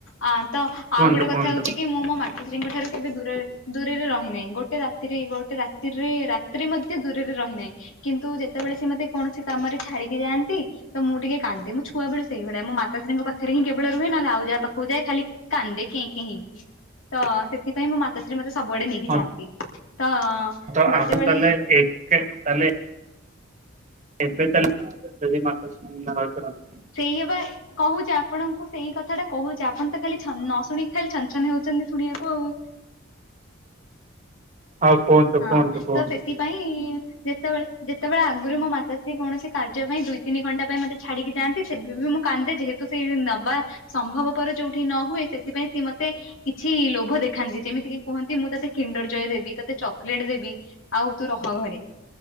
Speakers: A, on the left; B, on the right.
A: ଆ ତ ଆଉ
B: କୁହନ୍ତୁ
A: ଗୋଟେ କଥା
B: କୁହନ୍ତୁ
A: ହଉଛି କି ମୁଁ ମୋ ମା ଶ୍ରୀଙ୍କ ଠାରୁ କେବେ ଦୂର ଦୂରରେ ରହିନାହିଁ ଗୋଟେ ରାତିରେ ଗୋଟେ ରାତିରେ ‌ ରାତିରେ ମଧ୍ୟ ଦୂରରେ ରହିନାହିଁ। କିନ୍ତୁ ଯେତେବେଳେ ସେ ମତେ କୌଣସି କାମରେ ଛାଡିକି ଯାଆନ୍ତି ତ ମୁଁ ଟିକେ କାନ୍ଦେ ମୁଁ ଛୁ ଛୁଆବେଳେ ସେଇଭଳି ମୋ ମାତାଶ୍ରୀଙ୍କ ପାଖରେ ହିଁ କେବଳ ରୁହେ ନ ହେଲେ ଆଉଜାହା ପାଖକୁ ଯାଏ ଖାଲି କାନ୍ଦେ କେଁ କେଁ ହେଇକି ତ ସେଥିପାଇଁ ମୁଁ ମା ମାତାଶ୍ରୀ ମତେ ସବୁଆଡେ ନେଇକି
B: ହଁ
A: ଯାଆନ୍ତି ତ
B: ତ
A: ଯେତେବେଳେ
B: ଆପଣ ତାହେଲେ ଏକ <unintelligible> ଏବେ ତାହେଲେ କଣ ଏବେ ତ ସେଇ ମାତଶ୍ରୀ <unintelligible>
A: ସେଇଆବା କହୁଛି ଆପଣଙ୍କୁ ସେଇ କଥା ଟା କହୁଛି ଆପଣ ତ ଖାଲି ଛନ ନ ଶୁଣିକି ଖାଲି ଛନ ଛନ ହେଉଛନ୍ତି ଶୁଣିବାକୁ ଆଉ।
B: ହଉ କୁହନ୍ତୁ
A: ହଁ
B: କୁହନ୍ତୁ କୁହନ୍ତୁ
A: ତ ସେଥି ପାଇଁ ଯେତେବେଳେ ଯେତେବେଳେ ଆଗରୁ ମୋ ମାତାଶ୍ରୀ କୌଣସି କାର୍ଯ୍ୟ ପାଇଁ ଦୁଇ ତିନି ଘଣ୍ଟା ପାଇଁ ମତେ ଛଡିକି ଯାନ୍ତି ସେବେ ବି ମୁଁ କାନ୍ଦେ ଯେହେତୁ ସେଇ ନବା ସମ୍ଭବପର ଯୋଉଠି ନ ହୁଏ ସେଥିପାଇଁ ସିଏ ମତେ କିଛି ଲୋଭ ଦେଖାନ୍ତି ଯେମିତି କିି କୁହନ୍ତି ମୁଁ ତତେ କିଣ୍ଡର ଜୟେ ଦେବି। ତତେ ଚକୋଲେଟ ଦେବି ଆଉ ତୁ ରହ ଘରେ।